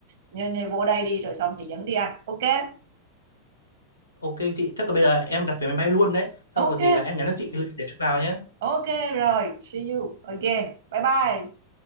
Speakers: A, on the right; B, on the left.
A: nên nên vô đây đi rồi xong chị dẫn đi ăn ok
B: ok chị chắc là bây giờ em đặt vé máy bay luôn đấy sau
A: ok
B: có gì là em nhắn cho chị cái lịch để em vào nhé
A: ok rồi see you again bye bye